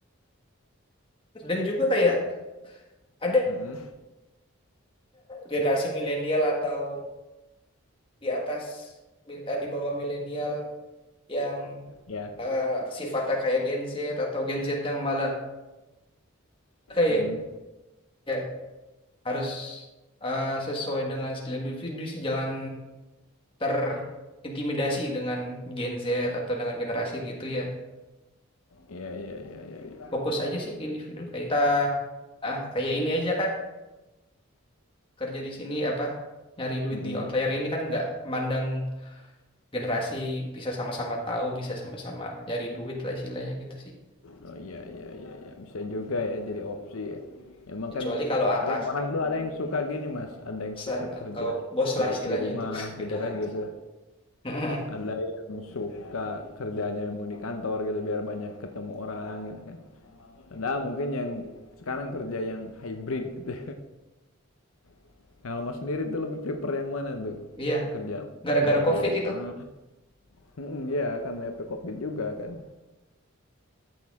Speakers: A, on the left; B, on the left.
A: dan juga kayak ada
B: Mm-mm,
A: generasi milenial atau di atas eh, di bawah milenial yang
B: Ya.
A: eh, sifatnya kayak Gen Z atau Gen Z yang malah kayak
B: Mm-mm.
A: kayak harus eh, sesuai dengan skill individu sih jangan terintimidasi dengan Gen Z atau dengan generasi gitu ya
B: Iya, iya, iya, iya, iya.
A: fokus aja sih ke individu kayak kita ah kayak ini aja kan kerja di sini apa nyari duit
B: Mm-mm.
A: di outlier ini kan nggak mandang generasi bisa sama-sama tahu bisa sama-sama nyari duit lah istilahnya gitu sih
B: Oh iya iya iya iya bisa juga ya jadi opsi ya. Emang
A: kecuali
B: kan
A: kalau atas
B: kadang orang tuh ada yang suka gini Mas, ada yang
A: atasan
B: suka kerja
A: atau bos
B: dal-
A: lah istilahnya
B: di rumah
A: itu <laughs> beda
B: gitu kan
A: lagi.
B: gitu.
A: <laughs>
B: Ada yang suka kerjanya memang di kantor gitu biar banyak ketemu orang gitu kan. Ada mungkin yang sekarang kerja yang hybrid gitu. <laughs> Kalau Mas sendiri tuh lebih prefer yang mana tuh?
A: Iya,
B: Kerja
A: gara-gara
B: kerja
A: COVID
B: di rumah.
A: itu,
B: Mm-mm, Iya kan efek COVID juga kan.